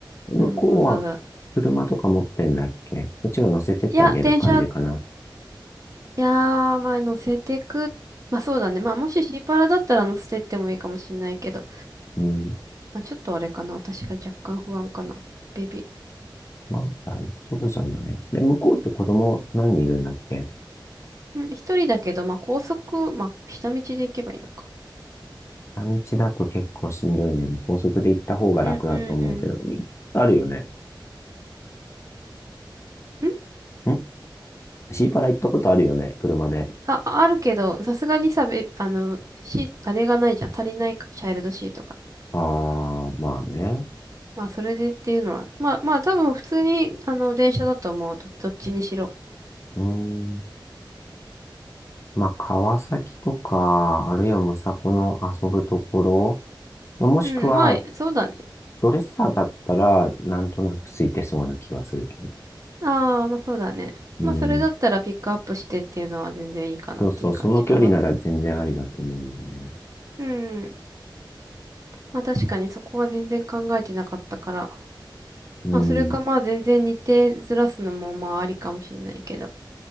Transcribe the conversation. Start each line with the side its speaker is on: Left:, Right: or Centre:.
Left: 向こうは
Right: うん、わざわざ。
Left: 車とか持ってんだっけこっちが乗せてってあげる感じかな。
Right: いや、電車いやー、まあ、乗せてく。まあ、そうだね。まあ、もしシーパラだったら乗せてってもいいかもしんないけど。
Left: うん。
Right: まあ、ちょっとあれかな。私が若干不安かな。ベビ
Left: まあ、大丈夫じゃない。で、向こうって子供何人いるんだっけ
Right: ー。うん、一人だけど、まあ、高速、まあ、下道で行けばいいのか。
Left: 半日だと結構しんどいね。高速で行った方が楽だと思うけど、
Right: うん、うん、
Left: いあるよね。
Right: うん。ん
Left: んシーパラ行ったことあるよね、車で。
Right: あ、あ、あるけど、さすがにさ、べ、あの、シー、あれがないじゃん。足りないか、チャイルドシートが。
Left: ああ、まあね。
Right: まあ、それでっていうのは。まあ、まあ、多分普通に、あの、電車だと思う。ど、どっちにしろ。
Left: うーん。まあ、川崎とか、あるいはむさこの遊ぶところ、まあもしくは、
Right: うん、まあ、そうだね。
Left: ドレッサーだったら、なんとなくついてそうな気はするけど。
Right: ああ、まあそうだね。
Left: うん。
Right: まあそれだったらピックアップしてっていうのは全然いいかなっていう感じかな。
Left: そうそう、その距離なら全然ありだと思うんだよね。
Right: うん。まあ確かにそこは全然考えてなかったから。
Left: うん。
Right: まあそれかまあ全然日程ずらすのもまあありかもしんないけど。